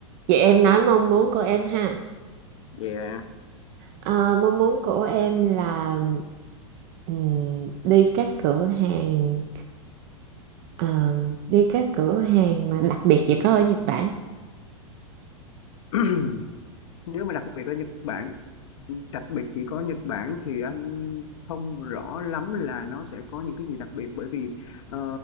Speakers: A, on the right; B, on the left.
A: vậy em nói mong muốn của em ha
B: yeah.
A: Ờ, mong muốn của em là ừm, đi các cửa hàng Ờ, đi các cửa hàng mà đặc biệt chỉ có ở Nhật Bản
B: <clears throat> Nếu mà đặc biệt ở Nhật Bản, đặc biệt chỉ có Nhật Bản thì anh không rõ lắm là nó sẽ có những cái gì đặc biệt. Bởi vì ờ,